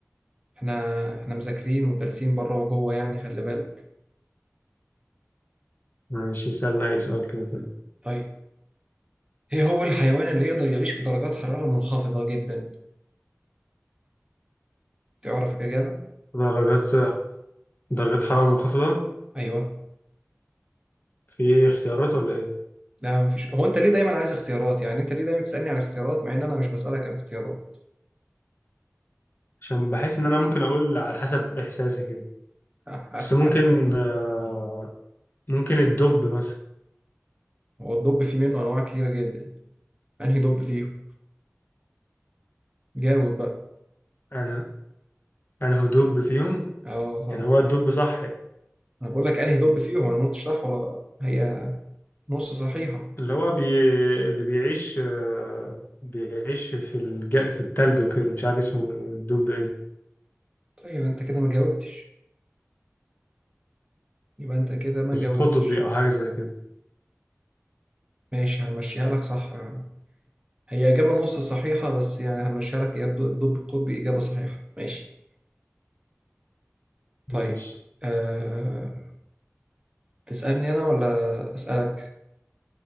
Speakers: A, on the right; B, on the left.
A: احنا احنا مذاكرين ودارسين بره وجوه يعني خلي بالك
B: ماشي سألنا أي سؤال كده طيب
A: طيب ايه هو الحيوان اللي يقدر يعيش في درجات حرارة منخفضة جدا تعرف الإجابة؟
B: درجات درجات حرارة منخفضة
A: أيوه
B: في اختيارات ولا إيه؟
A: لا مفيش هو أنت ليه دايما عايز اختيارات يعني أنت ليه دايما تسألني عن اختيارات مع إن أنا مش بسألك عن اختيارات
B: عشان بحس إن أنا ممكن أقول على حسب إحساسي كده
A: <laughs>
B: بس ممكن آه، ممكن الدب مثلا
A: هو الدب فيه منه أنواع كتيرة جدا أنهي دب فيهم؟ جاوب بقى
B: أنا أنا هو دب فيهم
A: اه طبعا
B: يعني هو الدب صح
A: انا بقول لك انهي دب فيهم انا ما قلتش صح ولا غلط هي نص صحيحة
B: اللي هو بي... اللي بيعيش آه، بيعيش في الج... في التلج وكده مش عارف اسمه الدب إيه
A: طيب انت كده ما جاوبتش يبقى انت كده ما
B: القطبي
A: جاوبتش
B: أو حاجة زي كده
A: ماشي هنمشيها لك صح يا عم هي إجابة نص صحيحة بس يعني هنمشيها لك هي الد- الدب القطبي إجابة صحيحة ماشي طيب
B: ماشي
A: أه... تسألني أنا ولا أسألك